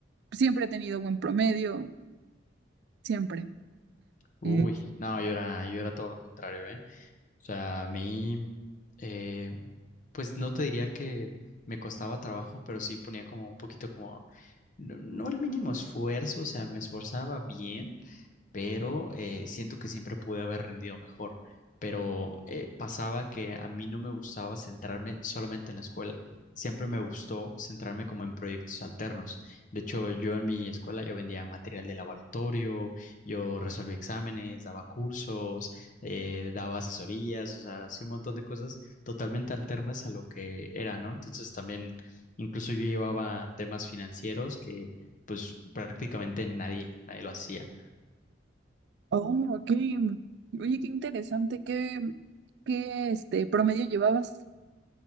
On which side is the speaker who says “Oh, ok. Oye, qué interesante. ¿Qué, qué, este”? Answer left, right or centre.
Right